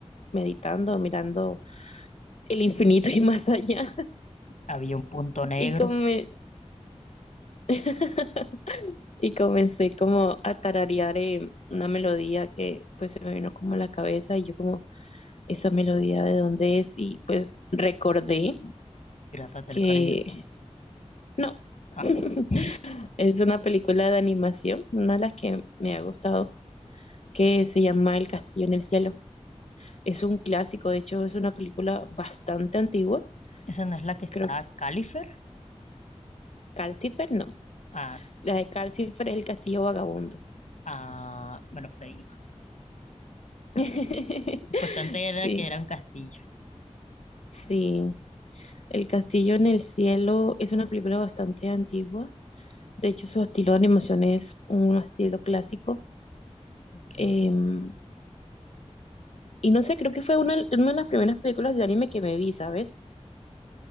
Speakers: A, on the left; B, on the left.
A: meditando, mirando el infinito y más allá. <laughs>
B: había un punto negro,
A: Y como me... <laughs> Y comencé como a tararear eh, una melodía que pues se me vino como a la cabeza y yo como, ¿esa melodía de dónde es? Y pues recordé
B: Piratas del
A: que
B: Caribe.
A: no, <laughs>
B: Ah, <laughs>
A: es una película de animación, una de las que me ha gustado, que se llama El Castillo en el Cielo. Es un clásico, de hecho es una película bastante antigua,
B: esa no es la que está
A: creo que
B: Califer.
A: Calcifer no,
B: Ah,
A: la de Calcifer es El Castillo Vagabundo.
B: ah, bueno, por ahí. iba.
A: <laughs>
B: Lo importante
A: Sí,
B: era que era un castillo.
A: sí. El Castillo en el Cielo es una película bastante antigua. De hecho, su estilo de animación es un estilo clásico.
B: Ok.
A: Em, y no sé, creo que fue una, una de las primeras películas de anime que me vi, ¿sabes?